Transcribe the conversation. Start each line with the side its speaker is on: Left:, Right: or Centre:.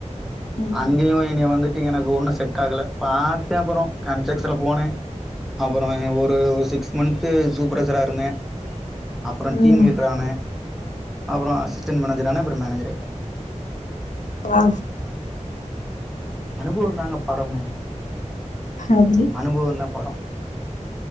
Left: ம்
Centre: அங்கியு எனிய வந்துட் டு எனக்கு ஒண்ணு செட் ஆகல பாத்தே அப்பறொ கண்செக்ஸன்ல போனே அப்பறொ ஒர் ஒரு சிக்ஸ் மன்த்து சூப்பரசரா இருந்த அப்ற
Left: ம்
Centre: டீம் லீடரான அப்புற அசிஸ்டன்ட் மேனேஜர் ஆன அப்றொ மேனேஜர் ஆயிட்ட
Left: ஆ
Centre: அனுபவந்தாங்க பாடமே
Left: அப்டி
Centre: அனுபவந்தா பாடோ